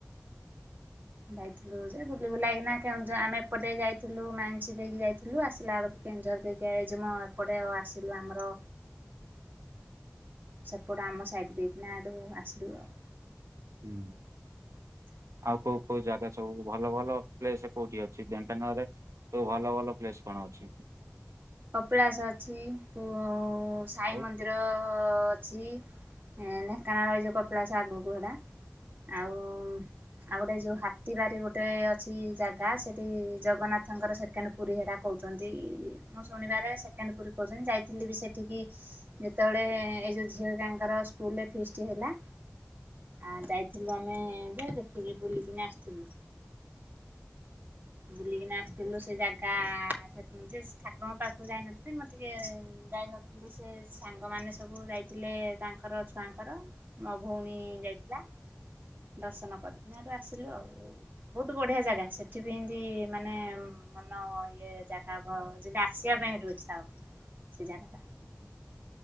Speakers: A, on the right; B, on the right.
A: ଯାଇଥିଲୁ ଯେ ବୁଲିବୁ ଲାଗେନା କେ ଆମେ ଏପଟେ ଯାଇଥିଲୁ ମାନି ଦେଇକି ଯାଇଥିଲୁ ଆସିଲା ବେଳକୁ। କେଞଝରିକ ଏଇ ଯେମଁ ଏପଟେ ଆସିଲୁ ଆମର। ସେପଟ ଆମ ସାଇଟ ଦେଇକିନାଠୁ ଆସିଲୁ ଆଉ।
B: ହୁଁ।
A: ହ
B: ଆଉ କୋଉ କୋଉ ଜାଗା ସବୁ ଭଲ ଭଲ ପ୍ଲେସ କୋଉଠି ଅଛି ଢେଙ୍କାନାଳରରେ ଯୋଉ ଭଲ ଭଲ ପ୍ଲେସ କଣ। ଅଛି।
A: କପିଳାସ ଅଛି ଉଁ ସାଇ
B: ଆଉ
A: ମନ୍ଦିର ଅଛି ଢେଙ୍କାନ ରହିଛି କପିଳାସ ଆଗକୁ ହେଡା ଆଉ। ଆଉ ଗୋଟେ ଯୋଉ ହାତୀ ବାରି ଗୋଟେ ଅଛି ଜାଗା ସେଠି ଜଗନ୍ନାଥଙ୍କର ସେକେଣ୍ଡ ପୁରୀ ହେଡା କ କହୁଛନ୍ତି। ମୁଁ ଶୁଣିବାରେ ସେକେଣ୍ଡ ପୁରୀ କହୁଛନ୍ତି ଯାଇଥିଲି ବି ସେଠିକି ଯେତେବେଳେ ଏଇ ଯୋଉ ଝିଅ ହେକଙ୍କର ସ୍କୁଲରେ ଫିସ୍ ଟି ହେଲା। ଆ ଯାଇଥିଲୁ ଆମେ ଯେ ଦେଖିକି ବୁଲିକିନି ଆସିଥିଲୁ। ବୁଲିକିନା ଆସିଥିଲୁ ସେ ଜାଗା ଯେ ଠାକୁରଙ୍କ ପାଖକୁ ଯାଇନଥିଲି ମୋର ଟିକେ ଯାଇନଥିଲି। ସେ ସାଙ୍ଗମାନେ ସବୁ ଯାଇଥିଲେ। ତାଙ୍କର ଛୁଆଙ୍କର ମୋ ଭଉଣୀ ଯାଇଥିଲା ଦର୍ଶନ କରିକିନା ହେଠୁ ଆସିଲୁ ଆଉ ବହୁତ ବଢ଼ିଆ ଜାଗା ସେଠି ସେ ବି ଏମିତି ମାନେ ମନ ଇଏ ଜାଗା ଯେମିତି ଆସିବା ପାଇଁ ହେଠୁ ଇଚ୍ଛା ହବନି। ସେ ଜାଗା।
B: ହ୍ନୁ ହ୍ନୁ।